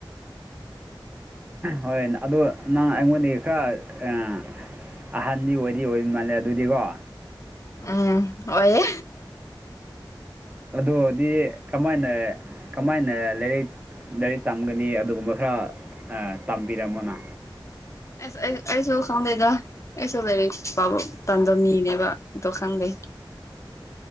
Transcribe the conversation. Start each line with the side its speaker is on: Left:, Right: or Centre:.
Right: ꯍꯣꯏ ꯑꯗꯣ ꯅꯪ ꯑꯩꯉꯣꯟꯗꯒꯤ ꯈꯔ ꯑꯥ ꯑꯍꯟꯗꯤ ꯑꯣꯏꯗꯤ ꯑꯣꯏ ꯃꯥꯜꯂꯦ ꯑꯗꯨꯗꯤꯀꯣ
Left: ꯎꯝ ꯑꯣꯏꯌꯦ
Right: ꯑꯗꯨ ꯑꯣꯏꯗꯤ ꯀꯃꯥꯏꯅ ꯀꯃꯥꯏꯅ ꯂꯥꯏꯔꯤꯛ ꯂꯥꯏꯔꯤꯛ ꯇꯝꯒꯅꯤ ꯑꯗꯨꯒꯨꯝꯕ ꯈꯔ ꯑꯥ ꯇꯝꯕꯤꯔꯝꯃꯣꯅ
Left: ꯑꯁ ꯑꯩ ꯑꯩꯁꯨ ꯈꯪꯗꯦꯗ ꯑꯩꯁꯨ ꯂꯥꯏꯔꯤꯛ ꯄꯥꯕ ꯇꯟꯕ ꯃꯤꯅꯦꯕ ꯑꯗꯣ ꯈꯣꯗꯦ